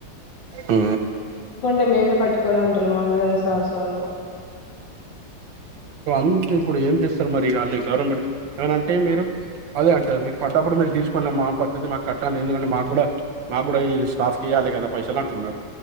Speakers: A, on the right (about 80°); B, on the left (about 70°).
A: ఊ
B: అంటే మేమే కట్టుకోవాలంటుర్రు మా మేడం సార్స్ వాళ్ళు
A: అంతే ఇప్పుడు ఏం చేస్తారు మరి అల్లూ గవర్నమెంట్ ఏమన్నా అంటే మీరు అదే అంటారు మీకు పడ్డప్పుడు మీరు తీసుకోండి అమ్మ మా పద్ధతి మాకు కట్టాలి ఎందుకంటే మాకు కూడా మాకు కూడా ఈ స్టాఫ్కి ఇయ్య కదా పైసలు అంటున్నారు